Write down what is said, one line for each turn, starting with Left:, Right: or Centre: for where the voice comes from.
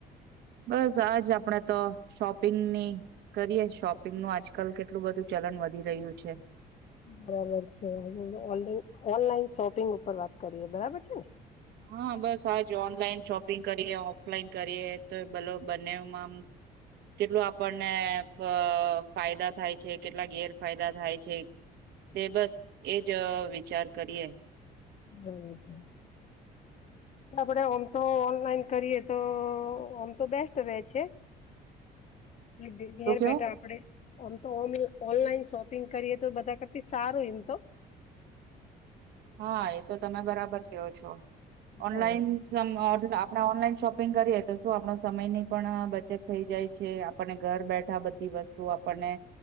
Right: બસ આજ આપણેે તો શોપિંગની કરીએ શોપિંગનું આજકાલ કેટલું બધું ચલન વધી રહુ છે.
Left: બરાબર છે, હ ઓનલા ઓનલાઈન શોપિંગ ઉપર વાત કરીએ બરાબર છે ને.
Right: હા બસ આજ ઓનલાઈન શોપિંગ કરીએ, ઓફલાઈન કરીએ. તો ભલો બંનેમાં કેટલું આપણને ફાયદા થાય છે. કેટલા ગેરફાયદા થાય છે. તે બસ એજ વિચાર કરીએ.
Left: <inaudible> આપડે ઓમ તો ઓનલાઈન કરીએ તો આમ તો બેસ્ટ રે છે.
Right: <inaudible>
Left: અ દે ઘર
Right: શું કેવો
Left: બૈઠા આપડે આમ તો ઓન ઓનલાઈન શોપિંગ કરીએ તો બધા કરથી સારું એમ તો.
Right: હા એ તો તમે બરાબર કેઓ છો ઓનલાઈન
Left: હા
Right: જેમ આ આપડા ઓનલાઈન શોપિંગ કરીએ તો શું આપણો સમય ની પણ અહ બચત થઈ જાય છે આપ પણને ઘર બેઠા બધી વસ્તુ આપણને